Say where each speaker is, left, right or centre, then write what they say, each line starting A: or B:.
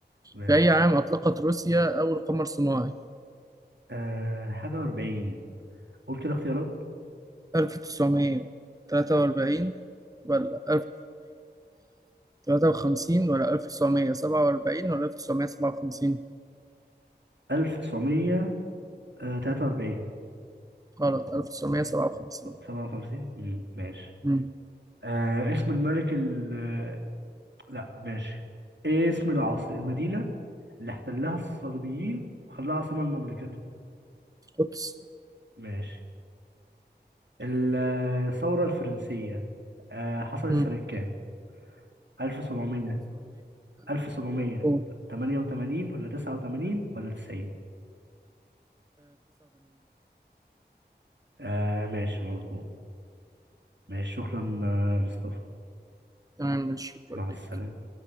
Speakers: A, on the right; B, on the right.
A: ماشي
B: في أي عام أطلقت روسيا أول قمر صناعي؟
A: آه حاجة وأربعين قول كده اختيارات
B: 1943 ولا 1953 ولا 1947 ولا 1957
A: ألف تسعمية آه، تلاتة وأربعين
B: غلط 1957
A: سبعة وخمسين ماشي
B: امم
A: آه اسم الملك ال آه، لا ماشي ايه اسم العاصمة المدينة اللي احتلها الصليبيين وخلاها عاصمة لمملكتهم
B: أوبس
A: ماشي ال- الثورة الفرنسية آه، حصلت
B: امم
A: سنة كام؟ 1700 1788
B: 1989
A: ولا 89 ولا 90 آه ماشي مظبوط ماشي شكرا آه، يا مصطفى
B: تمام ماشي شكرا
A: مع السلامة
B: ليك